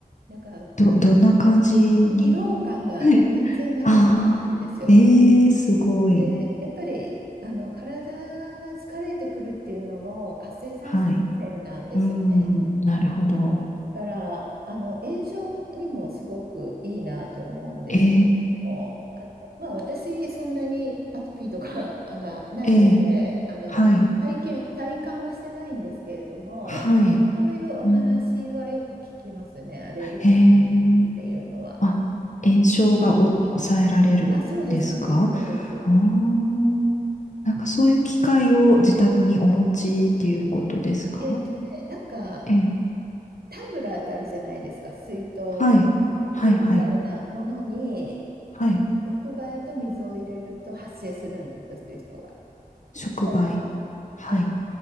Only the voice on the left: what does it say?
ど、
どんな感じに
はい。ああ。ええすごい。
はい。うーん。なるほど。
ええ
ええ
はい。
はい。
うん。
ええあ、炎症がお抑えられるんですか
あーなんかそういう機械を自宅にお持ちっていうことですか
ええ。
はい。
はい、はい。はい。
触媒。
はい。